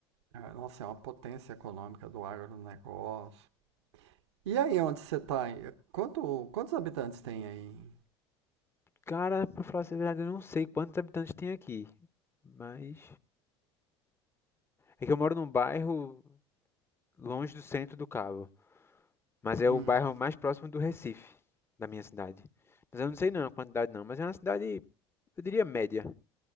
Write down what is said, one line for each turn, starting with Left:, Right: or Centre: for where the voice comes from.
Right: É, Nossa, é uma potência econômica do agronegócio. E aí onde você tá? aí? Quanto, quantos habitantes tem aí?
Left: Cara, pra falar a verdade, eu não sei quantos habitantes tem aqui, mas é que eu moro num bairro longe do centro do Cabo, mas é
Right: Hum,
Left: o bairro mais próximo do Recife, da minha cidade. Mas eu não sei não a quantidade não, mas é uma cidade, eu diria média.